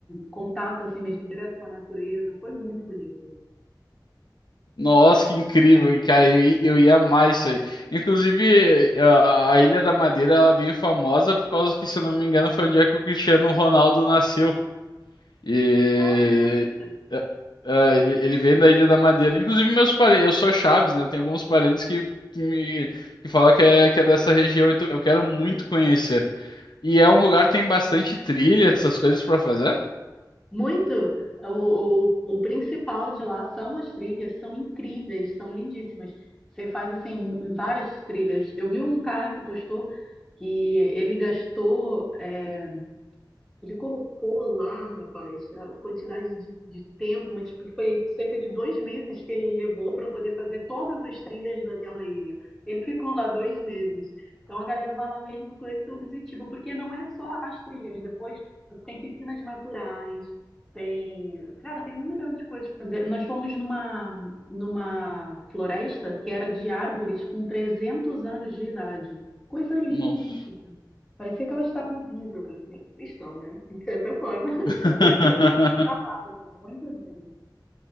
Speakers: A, in the centre; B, on the left.
A: contato assim mesmo direto com a natureza. Foi muito bonito.
B: Nossa, que incrível, e, cara, eu, i- eu ia amar isso aí. Inclusive, a, a Ilha da Madeira ela é bem famosa por causa que, se eu não me engano, foi onde é que o Cristiano Ronaldo nasceu. E
A: Ah, não sabia.
B: é, é, ele, ele vem da Ilha da Madeira. Inclusive, meus parentes, eu sou Chaves, né? Tem alguns parentes que, que, me, que falam que é, que é dessa região, então eu quero muito conhecer. E é um lugar que tem bastante trilha, essas coisas para fazer?
A: Muito. O, o, o principal de lá são as trilhas, são incríveis, são lindíssimas. Você faz assim várias trilhas. Eu vi um cara que postou que ele gastou é, ele colocou lá, rapaz, a quantidade de, de tempo, mas tipo, foi cerca de dois meses que ele levou para poder fazer todas as trilhas daquela ilha. Ele ficou lá dois meses. Então a galera vai lá mesmo com esse objetivo, porque não é só as trilhas. Depois tem piscinas naturais, tem, cara, tem um milhão de coisas pra fazer. Nós fomos numa numa floresta que era de árvores com 300 anos de idade. Coisa lindíssima.
B: Nossa.
A: Parecia que elas estavam vivas, assim. Estão, né? De certa forma. <laughs>
B: <laughs>
A: Mas parecia que elas falavam. Muito lindo.